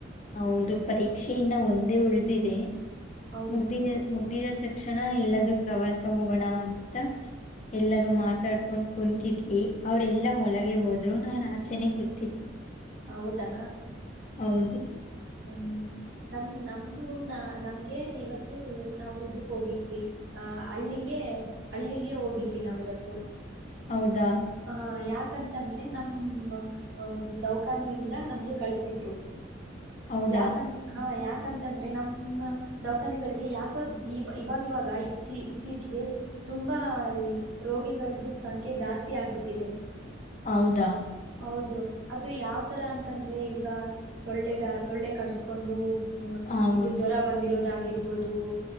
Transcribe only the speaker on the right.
ಹೌದಾ
ಹೌದಾ
ಹ್ಮ್ ನಮ್ ನಮ್ದು ನಾ ನಮ್ಗೆ ಇವತ್ತು ನಾವು ಇದಕ್ ಹೋಗಿದ್ವಿ ಆ ಅಲ್ಲಿಗೆ ಹಳ್ಳಗ ಹೋಗಿದ್ವಿ ನಾವವು ಇವತ್ತು
ಹ ಯಾಕೆ ಯಾಕಂತಂದ್ರೆ ನಮ ದೌಖಾನಿಯಿಂದ ನಮ್ಗೆ ಕಳಸಿದ್ರು
ಯಾಕಂತ ಹಾ ಯಾಕ ಯಾಕಂತಂದ್ರೆ ನಮ್ಮ ದವಾಖಾನೆಗಳಿಗೆ ಯಾಕೋ ಇವಾಗವಾಗ ಇತ್ತ ಇತ್ತೀಚಿಗೆ ತುಂಬಾ ರೋಗಿಗಳ್ದ ಸಂಖ್ಯೆ ಜಾಸ್ತಿ ಆಗ್ಬಿಟ್ಟಿದೆ
ಹೌದು ಅದು ಯಾವತರ ಅಂತಂದ್ರೆ ಈವಗ ಸೊಳ್ಳೆದ ಸೊಳ್ಳೆ ಕಡಿಸಕೊಂಡು ಹ
ಇದು ಜ್ವರ ಬಂದಿರೋದಾಗಿ ಆಗಿರ್ಬೋದು